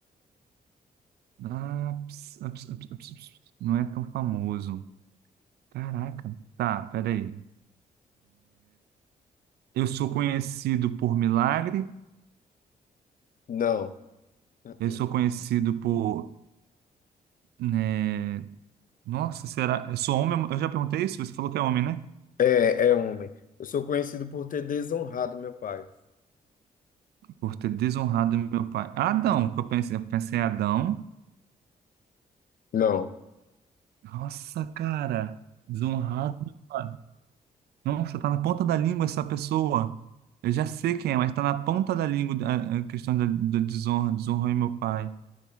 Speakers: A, on the right (about 85°); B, on the left (about 60°).
A: Ah, ps- ah, ps- ah, ps- ah, ps- ps- não é tão famoso. Caraca. Tá, peraí. Eu sou conhecido por milagre.
B: Não. Uh-uh.
A: Eu sou conhecido por, né, Nossa, será? Eu sou homem? Eu já perguntei isso. Você falou que é homem, né?
B: É, é homem. Eu sou conhecido por ter desonrado meu pai.
A: Por ter desonrado meu pai. Adão, que eu pensei. Eu pensei em Adão.
B: Não,
A: Nossa, cara. Desonrado meu pai. Nossa, tá na ponta da língua essa pessoa. Eu já sei quem é, mas tá na ponta da língua a a questão da, da desonra. Desonrou meu pai.